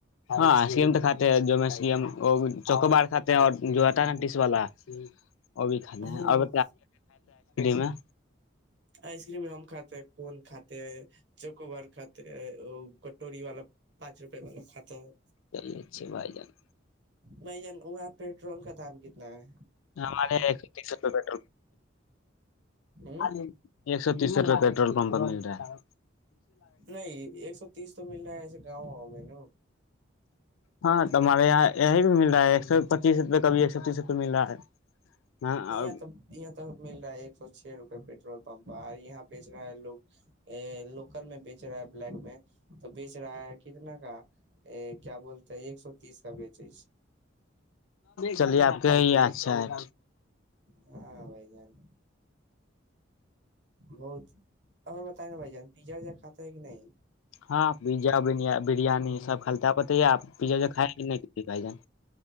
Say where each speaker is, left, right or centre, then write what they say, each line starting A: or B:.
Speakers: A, on the left; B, on the right.
A: ہاںسکم تو کاتے ہیں جوم چوکو باڑ کھاتے ہیں اور جو آتا ہے نا ٹیس والا اب خان
B: ہاں
A: اور ب میں
B: آئس کریم ہم کاتے ہیں کون کاتے ہیں چکوبار کاتے ہیں کٹوری والا پانچ روپے والا کھاتے ہیں
A: چلیے اچھے بھائی جان
B: ب وہاں پیٹرول کا دام کتنا ہے
A: ہم ہمارے تیس روپئے پٹرول
B: ہ
A: <inaudible> ایک سو تیسو روپ پٹرول پمپ مل رہا ہے
B: نہیں ایک سو تیس تو مل رہا ہے ایسے ج ا ن
A: ہاں توارے یہ یہ بھی مل ایک سو پچیس روپئے کبھی ایک سو تیس روپئے ملا ہے ہاں اور
B: یہاں تو یہاں تو مل رہا ہے ایک سو چھ روپے پیٹرول پمپ یہاں بیچ رہا ہے لوگ ا لوکل میں بیچ رہا ہے بلیک میں تو بیچ رہا ہے کتنا کا ا کیا بولتے ایک سو تیس کا بیچے
A: چلیے آپ کے ف چال
B: ہاں بھائی جان بہت ا میں ت ن بائی جان پیزا وا کاتتا ہے کہ نہیں
A: ہاں پیزا بریانی سب کھلتا تو یہپ پیزا تو کائےیں کہ نہیں ک بھائی جان